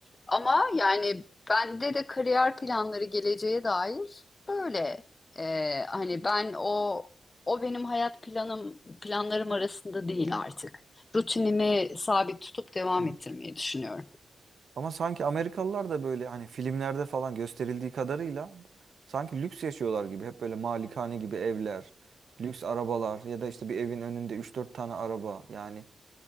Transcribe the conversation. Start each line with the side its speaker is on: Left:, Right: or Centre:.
Left: Ama yani bende de kariyer planları geleceğe dair böyle. E, hani ben o o benim hayat planım planlarım arasında değil artık rutinimi sabit tutup devam
Right: Evet.
Left: ettirmeyi düşünüyorum.
Right: Ama sanki Amerikalılar da böyle hani filmlerde falan gösterildiği kadarıyla sanki lüks yaşıyorlar gibi. Hep böyle malikane gibi evler, lüks arabalar ya da işte bir evin önünde üç dört tane araba. Yani